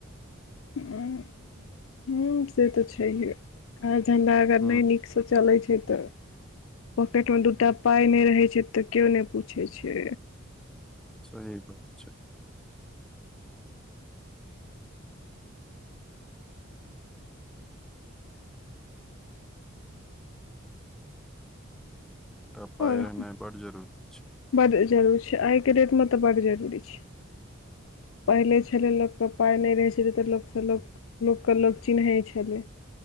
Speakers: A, on the left; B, in the centre.
A: आ <unintelligible> ह से तऽ छैहे काज धन्धा अगर
B: हूँ
A: नहि नीकसँ चलै छै तऽ पॉकेट में दूटा पााय नहि रहे छै तऽ केो ने पूछे छै
B: सही बात छै एकटा पााय
A: आओर
B: रहनाइ बड जरूरी छै
A: बड जरूरी छै आइ के डेटमे तऽ बड जरूरी छै पहिले छलै लोकके पाइ नहि रहैत छलै तऽ लोकसँ लोक लोकके लोक चिन्हैत छलै